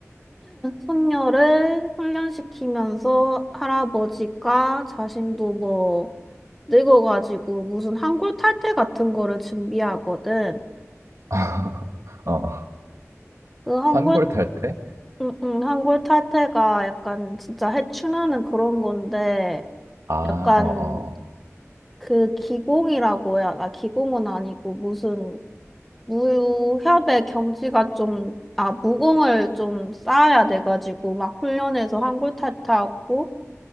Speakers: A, in the centre; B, on the right (about 75°).
A: 손녀를 훈련시키면서 할아버지가 자신도 뭐 늙어가지고 무슨 한골 탈태 같은 거를 준비하거든.
B: <laughs> 어,
A: 그
B: 한골 탈 때?
A: 응, 응, 한골 탈퇴가 약간 진짜 해충하는 그런 건데,
B: 아,
A: 약간
B: 어, 어,
A: 그 기공이라고 해야, 나 기공은 아니고 무슨 무협의 경지가 좀, 아, 무공을 좀 쌓아야 돼가지고, 막 훈련해서 한골 탈퇴하고,